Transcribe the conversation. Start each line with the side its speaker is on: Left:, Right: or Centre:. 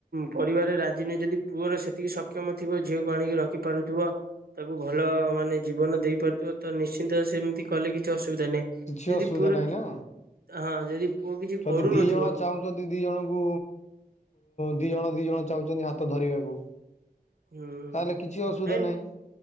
Right: ପରିବାରରେ ରାଜି ନୁହେଁ ଯଦି ପୁଅର ସେତିକି ସକ୍ଷମ ଥିବ ଝିଅକୁ ଆଣିକି ରଖିପାରୁଥିବ ତାକୁ ଭଲ ମାନେ ଜୀବନ ଦେଇ ପାରୁଥିବ ତ ନିଶ୍ଚିନ୍ତ ସେମିତି କଲେ କିଛି ଅସୁବିଧା ନାହିଁ
Left: କିଛି
Right: ଯଦି
Left: ଅସୁବିଧା
Right: ପୁଅର
Left: ନାହିଁ
Right: କି
Left: ନା?
Right: ହଁ ଯଦି ପୁଅ କିଛି
Left: ଯଦି
Right: କରୁନଥିବ
Left: ଦି ଜଣ ଚାହୁଁଛନ୍ତି ଦି ଜଣଙ୍କୁ ଦି ଜଣ ଦି ଜଣ ଚାହୁଛନ୍ତି ହାତ ଧରିବାକୁ
Right: ହୁଁ
Left: ତାହେଲେ କିଛି ଅସୁବିଧା
Right: ନାଇଁ
Left: ନାହିଁ।